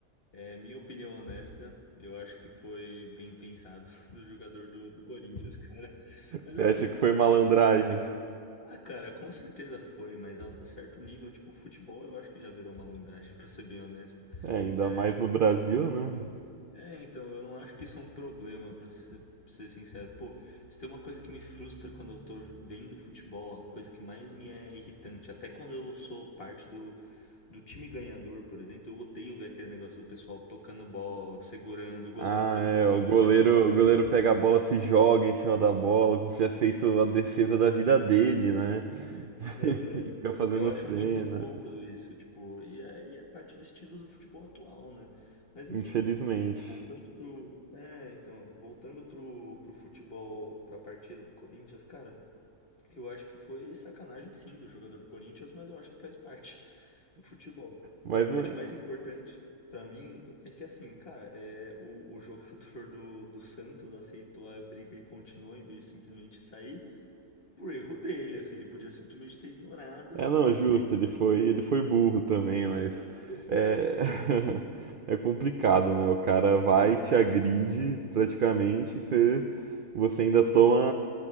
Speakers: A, on the left (about 40°); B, on the right (about 60°).
A: é minha opinião honesta. Eu acho que foi bem pensado <laughs> do jogador do, do Corinthians, cara. Mas
B: Você
A: assim,
B: acha que foi malandragem?
A: Ah, cara, com certeza foi, mas alto certo nível, tipo, futebol eu acho que já virou malandragem, <laughs> pra ser bem honesto.
B: É, ainda
A: É,
B: mais no Brasil,
A: eu-
B: né?
A: é, então, eu não acho que isso é um problema, pra ser, pra ser sincero. Pô, se tem uma coisa que me frustra quando eu tô vendo futebol, a coisa que mais me é irritante, até quando eu sou parte do, do time ganhador, por exemplo, eu odeio ver aquele negócio do pessoal tocando bola, segurando, o goleiro
B: Ah,
A: ficando
B: é,
A: com meia
B: o goleiro,
A: hora com a bola na
B: o goleiro
A: mão.
B: pega a bola, se joga em cima da bola, como se tivesse feito a defesa da vida dele, né? <laughs>
A: Aham.
B: E fica fazendo
A: Eu acho
B: cena,
A: muito incômodo isso, tipo, e é, e é parte do estilo do futebol atual, né? Mas enfim,
B: infelizmente.
A: voltando pro, é, então, voltando pro, pro futebol, pra partida do Corinthians, cara, eu acho que foi sacanagem sim do jogador do Corinthians, mas eu acho que faz parte <laughs> do futebol.
B: Mas
A: E a parte
B: não-
A: mais importante pra mim é que assim, cara, é, o, o jogador do, do Santos aceitou a briga e continuou em vez de simplesmente sair por erro dele, assim, ele podia simplesmente ter ignorado,
B: é não,
A: eu
B: é justo,
A: entendo.
B: ele foi, ele foi burro também, mas
A: Ele foi,
B: é
A: pô.
B: <laughs> é complicado, né? O cara vai, te agride praticamente, você você ainda toma